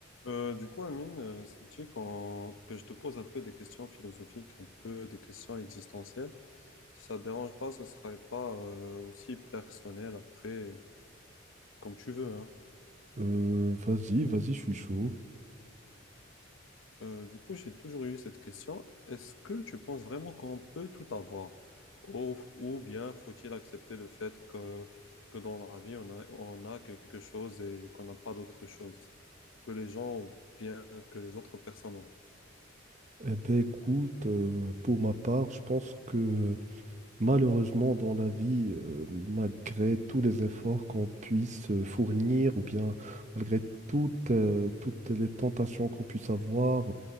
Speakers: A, on the left; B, on the right.
A: Euh, du coup, Amine, euh, ça te dit qu'on- que je te pose un peu des questions philosophiques, un peu des questions existentielles. Si ça ne te dérange pas, ce ne serait pas euh, aussi personnel après, comme tu veux, hein.
B: Euh, vas-y, vas-y, je suis chaud.
A: Euh, du coup, j'ai toujours eu cette question. Est-ce que tu penses vraiment qu'on peut tout avoir? Ou, ou bien faut-il accepter le fait que, que dans la vie, on a, on a quelque chose et qu'on n'a pas d'autre chose que les gens ou bien que les autres personnes ont?
B: Eh ben écoute, euh, pour ma part, je pense que malheureusement dans la vie, euh, malgré tous les efforts qu'on puisse euh, fournir, ou bien malgré toutes, euh, toutes les tentations qu'on puisse avoir,